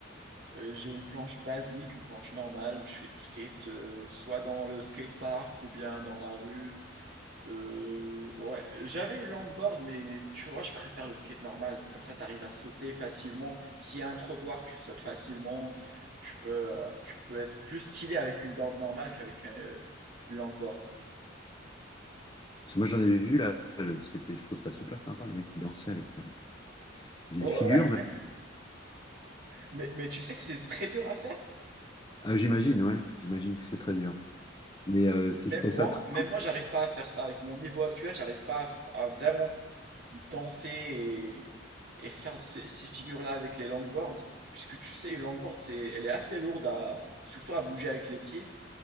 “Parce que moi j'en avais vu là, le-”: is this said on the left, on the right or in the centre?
Left